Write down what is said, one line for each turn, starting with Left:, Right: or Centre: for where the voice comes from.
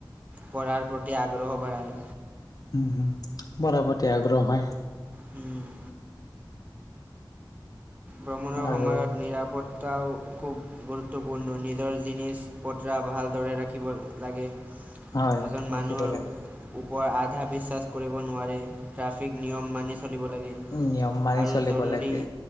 Right: পঢ়াৰ প্ৰতি আগ্ৰহ বঢ়ায়।
Left: উম হুম পঢ়াৰ প্ৰতি আগ্ৰহ হয়।
Right: উম ভ্ৰমণৰ
Left: আৰু
Right: সময়ত নিৰাপত্তাও খুব গুৰুত্বপূৰ্ণ নিজৰ জিনিজ পত্ৰা ভালদৰে ৰাখিব লাগে
Left: হয়
Right: এজন
Left: ৰাখিব
Right: মানুহৰ
Left: লাগে
Right: ওপৰ আধা বিশ্বাস কৰিব নোৱাৰে ট্ৰেফিক নিয়ম মানি চলিব লাগে।
Left: উম নিয়ম মানি
Right: আৰু
Left: চলিব
Right: জৰুৰী
Left: লাগে